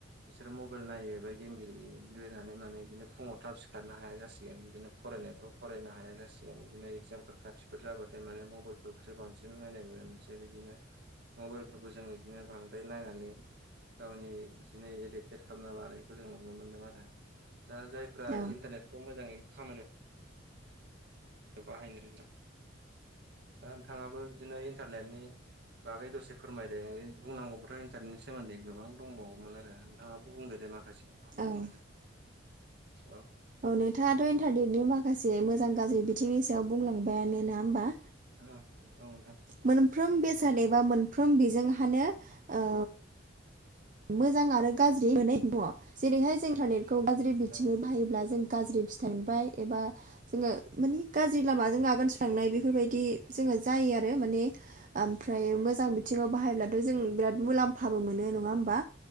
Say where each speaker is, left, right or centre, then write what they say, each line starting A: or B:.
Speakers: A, on the right (about 60°); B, on the right (about 45°).
A: बिसोरो मबाइल नायो बा गेम गेलेयो गेलेनानै माने बिदिनो फुङाव थाब सिखारनो हाया जासिगोन बिदिनो फरायनायफ्राव फरायनो हाया जासिगोन बिदिनो इगजामफोर खाथिफोर जाबाथाय माने मबाइलफ्राव सो बांसिन नायनाय नुनो मोनसै। बिदिनो मबाइलफोरखौ जों बिदिनो बांद्राय नायनानै गावनि बिदिनो एडेक्टेट खालामना लानायखौ जों नुनो मोनदों आरो दा जाय फ्रा
B: ओंख्रिबो
A: इन्टारनेटखौ मोजाङै खामानिआव बाहायनो <unintelligible> दा नोंथाङाबो बिदिनो इन्टारनेटनि बागै दसे फोरमायदो बे बुंनांगौबाथ' इन्टारनेटनि सोमोन्दै गोबां दंबावोमोन आरो नोंथाङाबो बुंदो दे माखासेखौ।
B: ओं।
A: औ।
B: औ नोंथाङाथ' इन्टारनेटनि माखासे मोजां गाज्रि बिथिंनि सायाव बुंलांबायानो नोङा होमबा?
A: ओ औ नोंथां।
B: मोनफ्रोम बेसाद एबा मोनफ्रोम बिजोंहानो ओ मोजां आरो गाज्रि मोननै दङ जेरैहाय जों इन्टारनेटखौ गाज्रि बिथिङै
A: औ
B: बाहायोब्ला जों गाज्रि फि थाइ मोनबाय एबा जोङो माने गाज्रि लामाजों आगान सुरलांनाय बेफोरबायदि जोङो जायो आरो माने ओमफ्राय मोजां बिथिङाव बाहायब्ला जों बिराद मुलाम्फाबो मोनो नङा होमबा?